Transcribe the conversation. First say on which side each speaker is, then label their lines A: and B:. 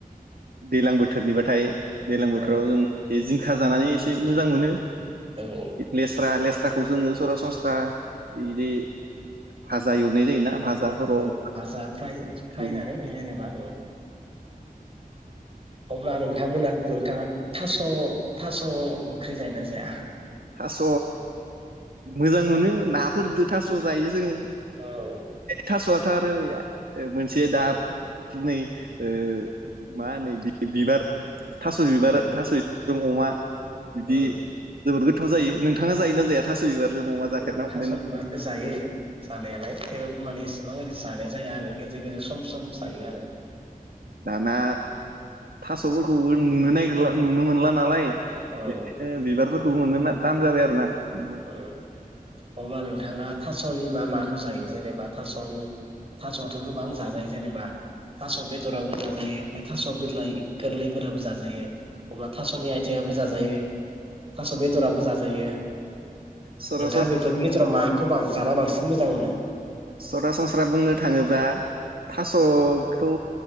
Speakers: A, on the right (about 85°); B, on the right (about 40°).
A: दैलां बोथोरनिबाथाय दैलां बोथोराव
B: औ
A: जों जिंखा जानानै एसे मोजां मोनो
B: औ
A: लेस्रा लेस खौ जोङो सरासनस्रा इदि भाजा एवनाय जायोना भाजाफोराव
B: औ भाजा फ्रय फ्राय
A: औ
B: जानाय जायो जेनेबा अब्ला नोंथांमोना नोंथाङा थास' थास' ओंख्रि जायोना जाया?
A: थास' मोजां मोनो नाफोरदो थास' जायो जोंङो
B: औ
A: थास' आथ आरो या ओ मोनसे
B: औ
A: दा <unintelligible> ओ माहोनो बिबार थास' बिबार
B: औ
A: थास' बि जों अमा बिदि
B: उम
A: जोबोर गोथाव जायो नोंथाङा जायोना जाया? थास' बिबारजों अमा जाफेरना
B: औ
A: मोनदोंना
B: थास' बिबारखौ जायो जानायालाय थेवबो माने एसेबां ओरै जानाय जाया आरो गेजेर गेजेर सम सम जायो आरो
A: दाना थास' फोरखौबो नुनो निगिरला नुनो मोनला नालाय
B: औ
A: बिदिनो बिबार फोर खौबो मोन'नो थान जाबाय आरो ना नोंथां
B: ओ अब्ला नोंथाङा थास'नि मा माखो जायो जेनेबा थास'नि थास' आथ' गोबां जाजायो जेनेबा थास' बेदराबो जाजायो ओमफ्राय थास' बिलाइ गोरलैफोराबो जाजायो। अब्ला थास'नि आयथिङाबो जा जा जायो थास' बेदराबो जाजायो
A: सरासन
B: नोंथाङा बेफोरनि गेजेराव मा खौ बां जाना बांसिन मोजां मोनो ।
A: सरासनस्रा बुंनो थाङोबा थास'खौ